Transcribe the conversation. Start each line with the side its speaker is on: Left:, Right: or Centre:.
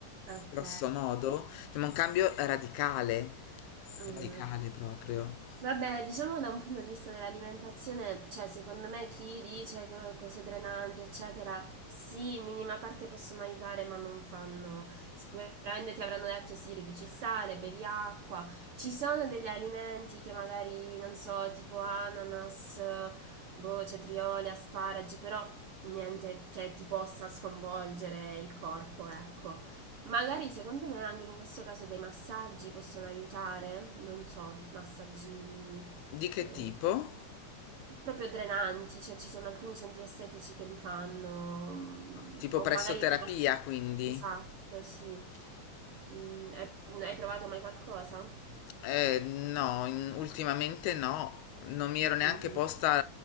Right: Ok.
Left: grosso modo, Cioè, ma un cambio radicale,
Right: Mm.
Left: radicale proprio.
Right: Vabbè, diciamo da un punto di vista dell'alimentazione, cioè secondo me chi dice co- cose drenanti, eccetera, sì, in minima parte possono aiutare, ma non fanno. Sicuramente ti avranno detto sì, riduci il sale, bevi acqua. Ci sono degli alimenti che magari, non so, tipo ananas, eh, boh, cetrioli, asparagi, però niente che ti possa sconvolgere il corpo, ecco. Magari secondo me anche in questo caso dei massaggi possono aiutare, non so, massaggi
Left: Di che
Right: eh,
Left: tipo?
Right: proprio drenanti, cioè ci sono alcuni centri estetici che li fanno, mm,
Left: Tipo
Right: o
Left: presso
Right: magari
Left: terapia,
Right: con alcuni...
Left: quindi.
Right: Esatto, sì. Mm, hai, hai provato mai qualcosa?
Left: Eh, no, in- ultimamente no, non mi ero neanche
Right: Mhm.
Left: posta